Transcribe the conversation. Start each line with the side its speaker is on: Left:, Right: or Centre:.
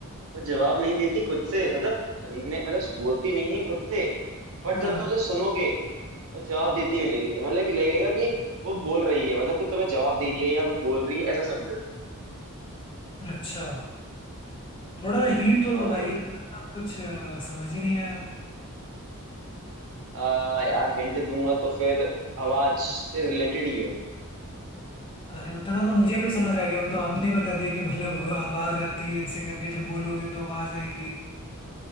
Right: वो जवाब नहीं देती खुद से मतलब सुनने मतलब बोलती नहीं है खुद से पर
Left: हाँ
Right: जब तुम उसे सुनोगे वो जवाब देती मिलेगी तुम्हें लगे- लगेगा कि वो बोल रही है मतलब कि तुम्हें जवाब दे रही है यहाँ पे बोल रही है ऐसा समझो
Left: अच्छा थोड़ा हिंट तो
Right: हाँ
Left: दो
Right: भाई
Left: भाई ये तो ना कुछ अ, समझ ही नहीं आया
Right: आ, यार हिंट दूंगा तो फिर आवाज से रिलेटेड ही है
Left: अरे उतना तो मुझे भी समझ आ गया वो तो आपने बता दिया कि मतलब आवाज आती है ऐसे करके जब बोलोगे तो आवाज आएगी